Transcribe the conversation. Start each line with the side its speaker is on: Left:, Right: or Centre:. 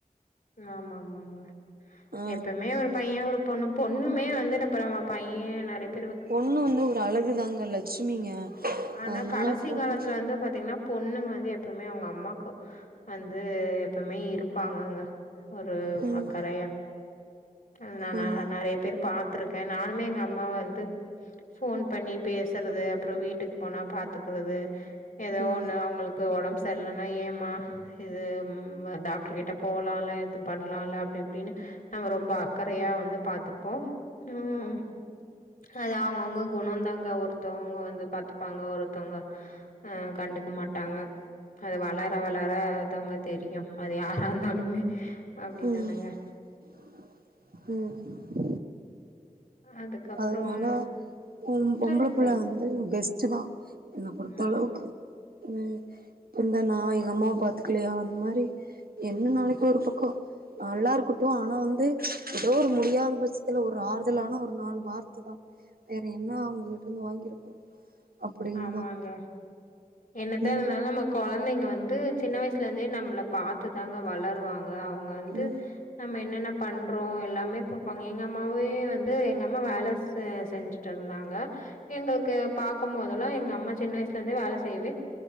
Left: ஆமா ஆமா ஆமா
Right: ஆ
Left: எப்பமே ஒரு பையன் ஒரு பொண்ணு பொண்ணுமே வந்துட்டு அப்றோ பையன் நறயப்
Right: பொண்ணு வந்து ஒரு அழகுதாங்க லட்சுமிங்க
Left: ஆனா
Right: அதனால
Left: கடசி
Right: பொண்ணு
Left: காலத்துல வந்து பாத்தீங்கன்னா பொண்ணுங்க வந்து எப்பவுமே அவுங்க அம்மாக்கு வந்து எப்பவுமே இருப் ப்பாங்கங்க ஒரு
Right: ம்
Left: அக்கறையா அது நா
Right: ஆமா
Left: நறய பேரு பாத்திருக்கே நானுமே எங்க அம்ம வந்து ஃபோன் பண்ணி பேசுறது அப்புறோ வீட்டுக் போனா பாத்துக்கறது ஏதோ
Right: ம்
Left: ஒண்ணு அவங்களுக்கு ஒடம்பு சரியலன்னா ஏமா இது ம் டாக்டர் கிட்டப் போலாம்ல இது பண்ணலால்ல அப்படி இப்படின்னு நம்ம ரொம்ப அக்கறயா வந்து பாத்துப்போ ம் அது அவங்கவங்க குணம்ந்தாங்க ஒருத்தவங்க வந்து பார்த்துப் ப்பாங்க ஒருத்தவங்க அ கண்டுக்க மாட்டாங்க அது வளர வளர தவங்க தெரியு அது யாரா இருந்தாலுமே அப்டி
Right: ம்
Left: தானங்க
Right: ம்
Left: அதுக்கப்புறம்
Right: அதனால உ பொம்பள
Left: சொல்லுங்க
Right: புள்ளந்து
Left: சொல்லுங்க
Right: பெஸ்ட் தா என்ன பொறுத்த
Left: ம்
Right: அளவுக்கு உ இந்த நா எங்க அம்மாவ பாத்துக்கலையா அந்த மாரி என்ன நாளைக்கு ஒரு பக்க நல்லாருக்கட்டு ஆனா வந்து எதோ ஒரு முடியாத பட்சத்துல ஒரு ஆறுதலான ஒரு நாள் வார்த்ததா வேற என்ன அவங்ககிட்ட இருந்து வாங்கிட போறோ அப்படின்னு
Left: ஆமாங்க
Right: தா
Left: என்னத்தா
Right: ம்
Left: இருந்தாலு நம்ம கொழந்தைங்க வந்து சின்ன வயசுல இருந்தே நம்மள பாத்துதாங்க வளருவாங்க அவங்க வந்து
Right: ம்
Left: நம்ம என்னென்ன பண்றோ எல்லாமே எங்க அம்மாவே வந்து எங்க அம்மா வேல செஞ்சுட்டு இருந்தாங்க எங்களுக்கு பா பாக்கு மோதலா எங்க அம்மா சின்ன வயசுல இருந்து வேல செய்யவே